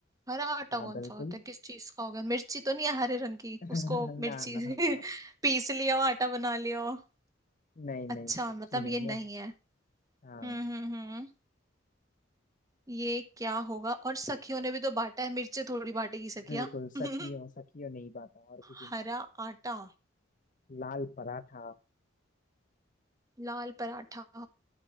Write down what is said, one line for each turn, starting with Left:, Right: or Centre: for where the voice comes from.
Right: हरा आटा
Left: हाँ
Right: कौन
Left: बिल्कुल
Right: सा होता है किस चीज का होगा मिर्ची तो नहीं है हरे रंग की
Left: <laughs>
Right: उसको
Left: ना
Right: मिर्ची
Left: ना
Right: <laughs>
Left: ना
Right: पीस लिया हो आटा बना लिया हो
Left: नहीं नहीं
Right: अच्छा मतलब
Left: उसकी
Right: ये
Left: नहीं
Right: नहीं
Left: है
Right: है
Left: हाँ
Right: हम्म हम्म हम्म ये क्या होगा और सखियों ने भी तो बांटा है मिर्ची थोड़ी बांटेगी सखिया
Left: बिल्कुल सखियों
Right: <laughs>
Left: सखियों नहीं पाता और किसी
Right: हरा
Left: नहीं
Right: आटा
Left: लाल पराठा
Right: लाल पराठा